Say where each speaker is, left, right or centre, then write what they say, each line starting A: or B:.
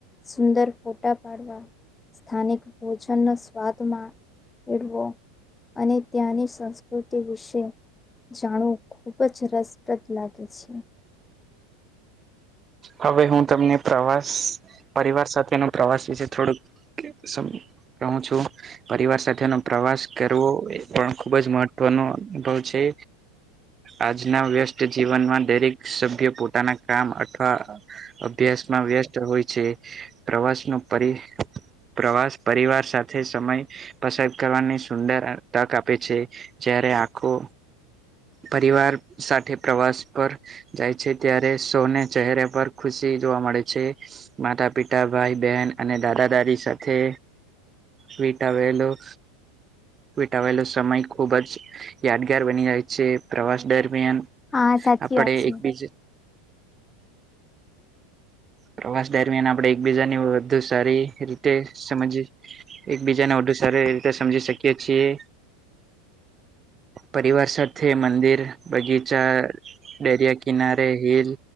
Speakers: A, on the left; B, on the right.
A: સુંદર ફોટા પાડવા, સ્થાનિક ભોજન નો સ્વાદ માંળવો. અને ત્યાંની સંસ્કૃતિ વિશે, જાણવું ખુબ જ રસપ્રદ લાગે છે.
B: હવે હું તમને પ્રવાસ પરિવાર સાથેનો પ્રવાસ વિશે થોડુંક સ કહુ છું. પરિવાર સાથેનો પ્રવાસ કરવો એ પણ ખૂબ જ મહત્વનો અનુભવ છે. આજના વ્યસ્ત જીવનમાં દરેક સભ્ય પોતાના કામ અથવા, અભ્યાસમાં વ્યસ્ત હોય છે, પ્રવાસનો પરિ પ્રવાસ પરિવાર સાથ છે સમય પસાર કરવાની સુંદર અ તક આપે છે જ્યારે આખો પરિવાર સાથે પ્રવાસ પર, જાય છે ત્યારે સોને ચહેરા પર ખુશી જોવા મળે છે. માતા પિતા ભાઈ બહેન અને દાદા દાદી સાથે, વીટા વેલું, વિટાવેલો સમય ખુબ જ યાદગાર બની જાય, છે. પ્રવાસ દરમિયાન
A: હા સાચી
B: આપણે
A: વાત છે
B: એકબીજ પ્રવાસ દરમિયાન આપણે એકબીજાને વધુ સારી રીતે સમજી એકબીજાને વધુ સારી એ રીતે સમજી શકીએ છીએ. પરિવાર સાથે મંદિર, બગીચા, દરિયા કિનારે, હિલ,